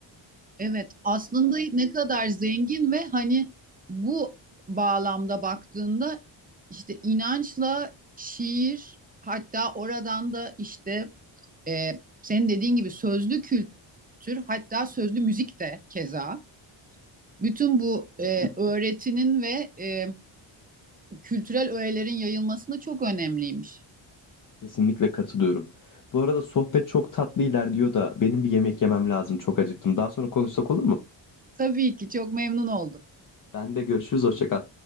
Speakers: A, on the right; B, on the left.
A: evet. Aslında ne kadar zengin ve hani bu bağlamda baktığında işte inançla şiir hatta oradan da işte e, senin dediğin gibi sözlü kültür hatta sözlü müzik de keza bütün bu e, öğretinin ve e, kültürel öğelerin yayılmasında çok önemliymiş.
B: Kesinlikle katılıyorum. Bu arada sohbet çok tatlı ilerliyor da benim bir yemek yemem lazım. Çok acıktım. Daha sonra konuşsak olur mu?
A: Tabii ki çok memnun oldum.
B: Ben de görüşürüz. Hoşça kal.